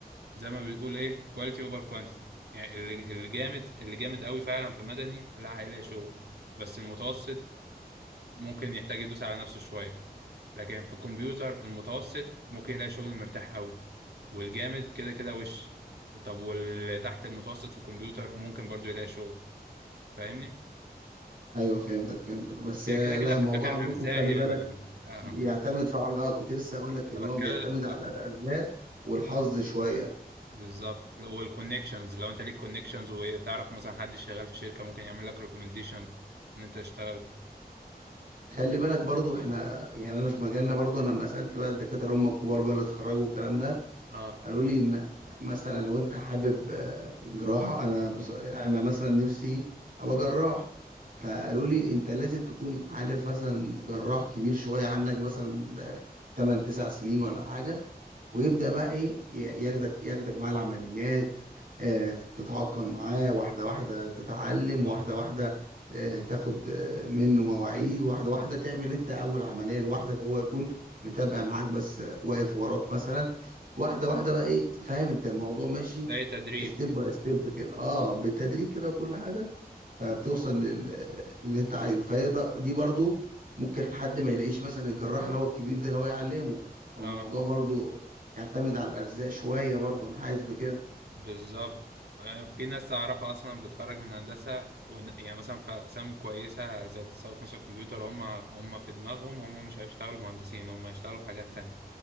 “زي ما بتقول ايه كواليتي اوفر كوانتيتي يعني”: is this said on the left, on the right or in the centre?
Right